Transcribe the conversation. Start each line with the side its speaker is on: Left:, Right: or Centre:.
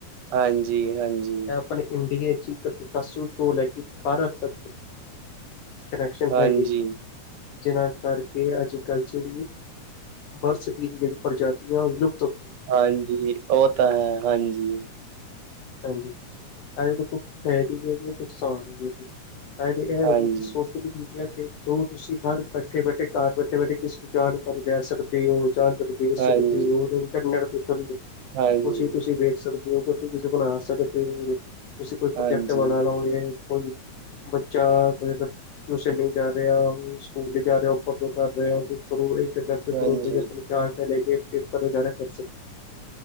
Right: ਹਾਂਜੀ, ਹਾਂਜੀ।
Left: ਮੈਂ ਆਪਣੇ ਇੰਡੀਆ 'ਚ ਇੱਕ ਤਸ ਤੋਂ ਲੈ ਕੇ ਭਾਰਤ ਤੱਕ ਕਨੈਕਸ਼ਨ
Right: ਹਾਂਜੀ
Left: ਹੈਗੇ, ਜਿਨਾ ਕਰ ਕਿ ਅੱਜਕੱਲ੍ਹ ਜਿਹੜੀਆ, ਬਰਸ ਦੀ ਜਿਹੜੀ ਪ੍ਰਜਾਤੀਆ ਹੁੰਦੀਆਂ ਉਹ ਲੁ
Right: ਹਾਂਜੀ ਉਹ ਤਾਂ ਹੈ ਹਾਂਜੀ।
Left: ਹਾਂਜੀ, ਅਜੇ ਤਾਂ ਕੁਛ ਸੋਸਾਇਟੀ ਹੈਗੀ ਆ ਕੁਛ ਸ਼ਾਮ ਦੀ ਫਾਇਦੇ ਇਹ ਹੈਗੇ
Right: ਹਾਂਜੀ
Left: ਕਿ ਸੋਸ਼ਲ ਮੀਡੀਆ ਦੇ ਥਰੂ ਤੁਸੀਂ ਹਰ ਬੈਠੇ-ਬੈਠੇ ਘਰ ਬੈਠੇ-ਬੈਠੇ ਕਿਸੇ ਦੀ ਜਾਨਕਾਰੀ ਲੈ ਸਕਦੇ ਓ ਜਾਨਕਾਰੀ ਦੇ ਸਕਦੇ
Right: ਹਾਂਜੀ
Left: ਓ ਉਹ ਨਹੀ। ਚੰਨਥਰ,
Right: ਹਾਂਜੀ,
Left: ਕੁਛ ਤੁਸੀਂ ਵੇਖ ਸਕਦੇ ਹੋ, ਕੁਛ ਵੀ ਤੁਸੀਂ ਬਣਾ ਸਕਦੇ ਹੋ ਤੁਸੀ ਕੋਈ,
Right: ਹਾਂਜੀ,
Left: ਪ੍ਰੋਜੈਕਟ ਬਣਾਉਣਾ ਹੋਵੇ, ਕੋਈ ਬੱਚਾ ਕੋਈ ਅਗਰ ਟਸ਼ਨ ਨਹੀਂ ਜਾ। ਰਿਹਾ, ਸਕੂਲ ਨ ਜਾ ਰਿਹਾ, ਉੱਪਰ ਤੋਂ ਕਰ ਰਿਹਾ, ਉਹਦੇ ਥਰੂ ਇੰਟਰਨੈਟ ਦੇ
Right: ਹਾਂਜੀ,
Left: ਥਰੂ ਕੋ, ਆਪਣੀ ਜਾਣ ਕੇ ਲੈ ਕੇ। ਪੇਪਰ, ਪਰੁਾਰਾ ਕਰ ਸਕ।